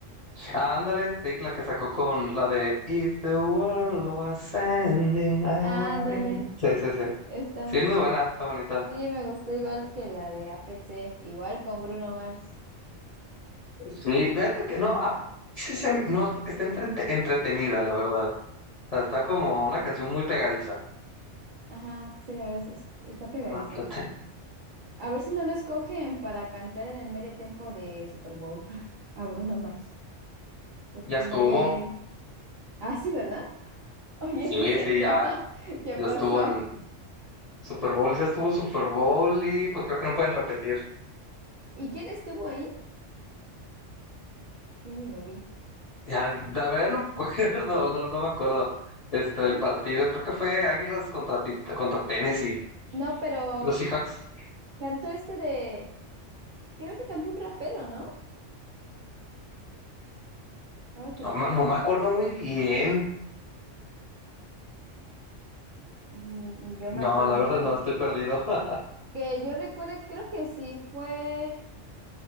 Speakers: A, on the left; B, on the right.
A: Ah, ándale, sí, la que sacó con la de If the world was ending, I
B: Ándale.
A: wanna be. Sí, sí, sí.
B: Está,
A: Sí, es muy buena, está bonita.
B: Sí, me gustó igual que la de A P C igual con Bruno Mars.
A: Sí, vean que, que- no, ah, sí, se- no, que está entrete- entretenida, la verdad. O sea, está como una canción muy pegadiza.
B: Ajá, sí, la verdad es, está pegadiza.
A: Ah, espérate.
B: A ver si no lo escogen para cantar en el medio tiempo de Super Bowl <laughs> a Bruno Mars, porque
A: ya
B: como
A: estuvo.
B: que... Ah, sí, ¿verdad? <laughs> Oye,
A: Sí,
B: sí es cierto,
A: sí, ya,
B: <laughs> ya
A: ya
B: pasó.
A: estuvo en Super Bowl, ya estuvo Super Bowl y pues creo que no pueden repetir.
B: ¿Y quién estuvo ahí? Ya ni lo vi.
A: Ya, la verdad no me acuerdo, <laughs> no, no me acuerdo. Este,
B: No,
A: del partido, creo que fue Águilas contra, Tit- contra Tennessee.
B: No, pero
A: Los Seahawks,
B: cantó este de... Creo que cantó un rapero, ¿no? Ahora que
A: no,
B: recuerdo.
A: ma- no me acuerdo muy bien.
B: Ni, ni yo me
A: No,
B: acuerdo,
A: la
B: la
A: verdad
B: verdad.
A: no, estoy perdido. <laughs>
B: Que yo recuerde, creo que sí, fue.